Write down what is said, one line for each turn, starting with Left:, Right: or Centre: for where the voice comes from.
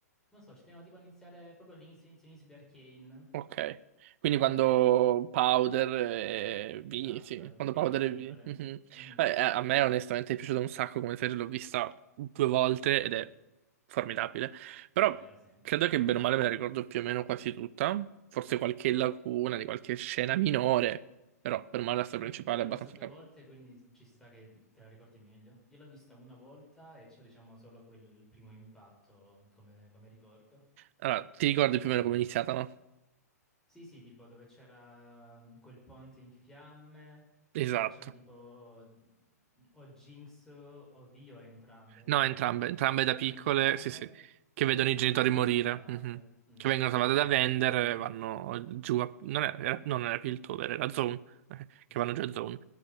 Centre: Non so, ci teniamo tipo a iniziare proprio all'inizio, inizio, inizio di Arcane,
Right: Ok, quindi quando
Centre: dove...
Right: Powder e V,
Centre: Esatto,
Right: sì, quando
Centre: che
Right: Powder
Centre: erano piccole.
Right: e V. mhm.
Centre: Mhm,
Right: Eh, eh, a me onestamente è piaciuto un sacco come serie, l'ho vista due volte ed è formidabile, però
Centre: Vero, sì.
Right: credo che bene o male me la ricordo più o meno quasi tutta, forse qualche lacuna di qualche scena minore, però per male la storia
Centre: Eh,
Right: principale
Centre: Tu l'hai
Right: è abbastanza...
Centre: vista due
Right: cap-
Centre: volte, quindi ci sta che te la ricordi meglio. Io l'ho vista una volta e c'ho, diciamo, solo quel primo impatto mm, come, come ricordo.
Right: Allora, ti ricordi più o meno come è iniziata, no?
Centre: Sì, sì, tipo dove c'era mm, quel ponte in fiamme, che
Right: Esatto.
Centre: poi c'erano tipo mm, o Jinx o Vi o entrambe, non
Right: No,
Centre: ricordo,
Right: entrambe,
Centre: piccole.
Right: entrambe da
Centre: Erano
Right: piccole,
Centre: entrambe
Right: sì, sì, che vedono
Centre: che vengono
Right: i genitori
Centre: poi
Right: morire,
Centre: salvate,
Right: mhm.
Centre: mm,
Right: Che vengono
Centre: e vengono
Right: salvate
Centre: tipo
Right: da Vender
Centre: prese.
Right: e vanno giù a... Non era, era- no, non era Piltover, era Zone, <laughs> eh, che
Centre: Sì,
Right: vanno giù
Centre: Zone.
Right: a Zone.